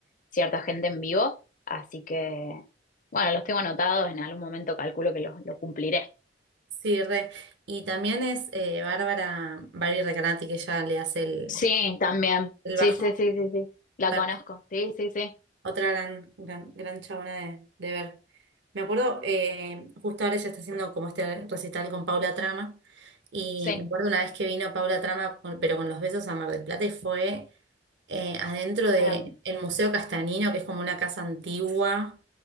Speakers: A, on the left (about 45°); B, on the right (about 65°).
A: cierta gente en vivo. Así que bueno, los tengo anotados, en algún momento calculo que los lo cumpliré.
B: Sí, re. Y también es eh, Bárbara, Barbie Recanati, que ella le hace el,
A: Sí, también.
B: el
A: Sí,
B: bajo.
A: sí, sí, sí, sí. La
B: También
A: conozco.
B: es
A: Sí, sí, sí.
B: otra gran, gran, gran chabona de, de ver. Me acuerdo, eh, justo ahora ella está haciendo como este recital con Paula Trama. Y
A: Sí,
B: me acuerdo una vez que vino Paula Trama, con- pero con los besos a Mar del Plata, y fue eh, adentro del
A: es hermoso.
B: Museo Castanino, que es como una casa antigua.